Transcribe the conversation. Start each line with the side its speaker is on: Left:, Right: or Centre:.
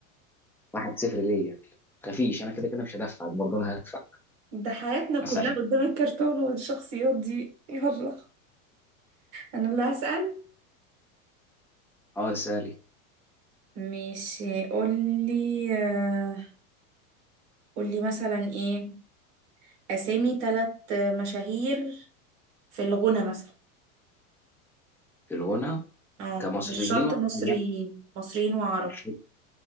Centre: واحد صفر ليا متخافيش انا كده كده مش هدفعك برضه انا هدفع
Right: ده حياتنا كلها
Centre: بس عشان
Right: قدام الكرتون والشخصيات دي يلا انا اللي هسأل
Centre: اه سالي
Right: ماشي قولي آه، قولي مثلا ايه اسامي ثلاث مشاهير في الغنى مثلا
Centre: في الغنى
Right: اه
Centre: كمصريين
Right: مش شرط
Centre: ولا
Right: مصريين
Centre: أجانب؟
Right: مصريين وعرب
Centre: مش فاكر.